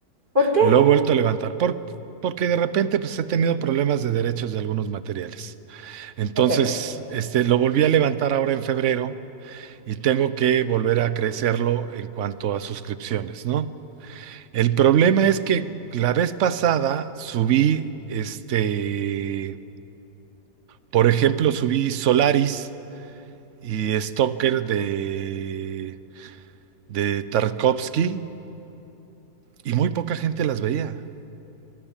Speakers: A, on the right; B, on the right.
A: ¿Por qué?
B: lo he vuelto a levantar, por- porque de repente pues he tenido problemas de derechos de algunos materiales. Entonces,
A: Ok,
B: este, lo volví a levantar ahora en febrero y tengo que volver a crecerlo en cuanto a suscripciones, ¿no? El problema es que la vez pasada subí, este, por ejemplo, subí Solaris y Stalker de, de Tarkovsky y muy poca gente las veía.